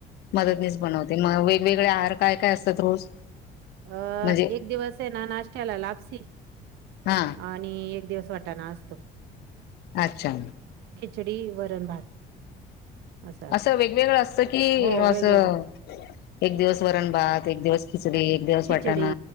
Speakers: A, on the left; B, on the right.
A: मदतनीस बनवते मग वेऋगवेगळे आहार काय काय असतात रोज
B: अंऽऽ
A: म्हणजे
B: एक दिवस आहे ना नाश्त्याला लापसी
A: हा
B: आणिऽऽ एक दिवस वाटाना असतो..
A: अच्छा
B: चडी वरण भात अस असत
A: असं वेगवेगळं असतं की
B: हो वेगवेगळं.
A: असं एक दिवस वरण भात एक दिवस खिचडी एक दिवस
B: खिचडी
A: वाटाणा